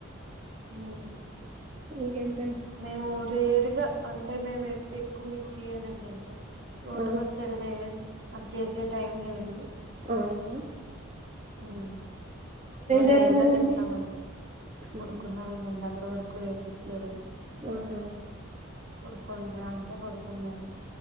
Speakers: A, on the right; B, on the right.
A: ఉహ్
B: ఇగేన్
A: మేము రేరుగా అంటే మేము ఎక్కువ మీ క్షియనండి అంటే రో
B: అవును
A: ట్ పచ్చడదే అది చేసే టైం లేదు.
B: అవున
A: ఉహ్మ్ ఇప్పుడు రేరుగా
B: చేస్తున్నారండి
A: తింటాం అంతే. పడుకున్నారంందు
B: ఉమ్,
A: అక్కడ వ ఎక్కువ వడికిచ్చారు.
B: ఆహ్ హా
A: పడుకుండ్రా అంటే పడుకున్నారు.